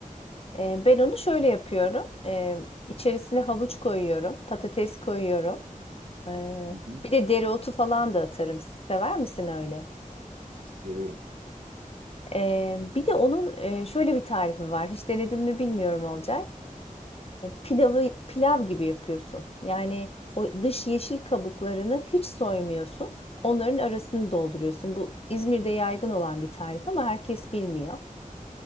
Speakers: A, on the left; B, on the right.
A: Ee, ben onu şöyle yapıyorum. Ee, içerisine havuç koyuyorum, patates koyuyorum. Ee,
B: Hı hı,
A: bir de dereotu falan da atarım. Sever misin öyle?
B: severim.
A: Ee, bir de onun e, şöyle bir tarifi var. Hiç denedin mi bilmiyorum olacak. pilavı pilav gibi yapıyorsun. Yani o dış yeşil kabuklarını hiç soymuyorsun. Onların arasını dolduruyorsun. Bu İzmir'de yaygın olan bir tarif ama herkes bilmiyor.